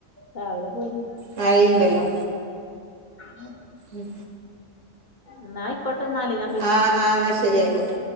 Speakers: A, on the left; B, on the right.
A: രാവിലെ പോയിനി
B: മഴിം ഇണ്ടല്ലോ
A: ഉം
B: ഉം
A: ഇന്നാ ആയിക്കോട്ടെന്നാൽ ഞാ
B: ആഹ് ആഹ് ന്നാ ശരി അയിക്കോട്ടെ